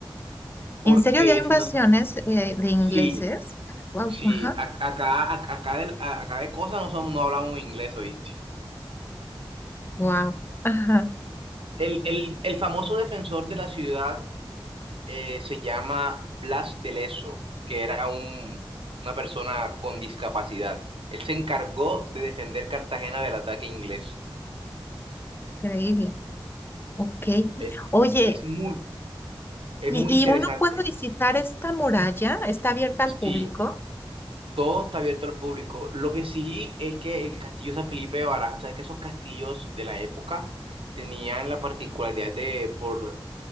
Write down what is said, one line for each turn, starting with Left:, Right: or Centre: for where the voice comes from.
Right: Porque
Left: ¿En serio había invasiones
Right: si no,
Left: eh, de ingleses?
Right: sí,
Left: Wow,
Right: sí,
Left: ajá,
Right: a- acá, a- acá, del- a- acá de cosas no somos, no hablamos inglés, ¿oíste?
Left: wow, ajá,
Right: El, el, el famoso defensor de la ciudad eh, se llama Blas de Leso, que era un, una persona con discapacidad. Él se encargó de defender Cartagena del ataque inglés.
Left: increíble. Ok.
Right: Es,
Left: Oye,
Right: es muy, es
Left: ¿y,
Right: muy
Left: y
Right: interesante.
Left: uno puede visitar esta muralla? ¿Está abierta al público?
Right: Sí, todo está abierto al público. Lo que sí es que el castillo San Felipe de Barajas, o sea, que esos castillos de la época tenían la particularidad de por